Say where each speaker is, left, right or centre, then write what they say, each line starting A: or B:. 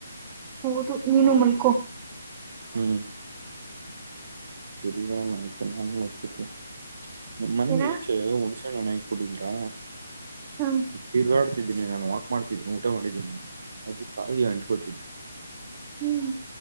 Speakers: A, on the right (about 20°); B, on the right (about 55°).
A: ಹೌದು ನೀನು ಮಲ್ಕೋ
B: ಹೂ ಸರಿ ಆಯ್ತು ನಾನು ಮಲ್ಕೋತೀನಿ ನಮ್ಮ ಮನೆ
A: ಏನ
B: ಇಚೆ ಹುಣ್ ನ ಹಕ್ಬಿಟ್ಟಿದ್ರಾ
A: ಹ
B: ತಿರ್ಗಾಡ್ ಡಾ ನಾನು ವಾಕ್ ಮಾಡ್ತಿದ್ದೀನಿ ಊಟ ಮಾಡಿದ್ದೀನಿ ಅದು ಖಾಲಿ ಅಂಟ್ಕೋತಿದೇ
A: ಹ್ಮ್